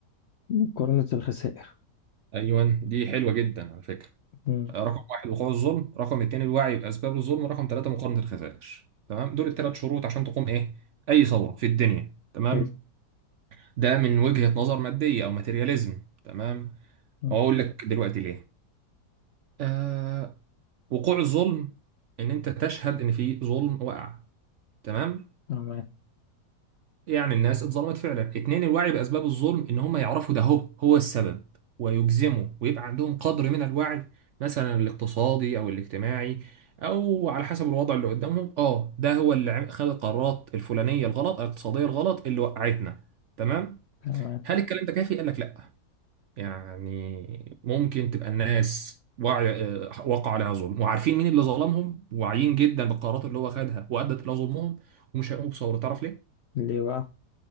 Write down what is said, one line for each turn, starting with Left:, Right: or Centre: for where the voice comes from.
Left: مقارنة الخسائر
Right: ايوه دي حلوه جدا على فكره
Left: مم.
Right: رقم واحد وقوع الظلم رقم اتنين الوعي بأسباب الظلم رقم ثلاثة مقاومة الخسائر تمام دول الثلاث شروط عشان تقوم ايه أي ثورة في الدنيا تمام
Left: حلو
Right: ده من وجهة نظر مادية أو ماتيرياليزم تمام
Left: مم.
Right: وأقول لك دلوقتي ليه آه وقوع الظلم إن أنت تشهد إن في ظلم وقع تمام
Left: تمام
Right: يعني الناس اتظلمت فعلا اتنين الوعي بأسباب الظلم ان هم يعرفوا ده هو هو السبب ويجزموا ويبقى عندهم قدر من الوعي مثلا الاقتصادي او الاجتماعي او على حسب الوضع اللي قدامهم اه ده هو اللي عم- خد القرارات الفلانية الغلط الاقتصادية الغلط اللي وقعتنا تمام
Left: تمام
Right: هل الكلام ده كافي قال لك لا يعني ممكن تبقى الناس وعي آه، وقع عليها ظلم وعارفين مين اللي ظلمهم واعيين جدا بالقرارات اللي هو خدها وادت الى ظلمهم ومش هيقوموا بثورة تعرف ليه
Left: ليه بقى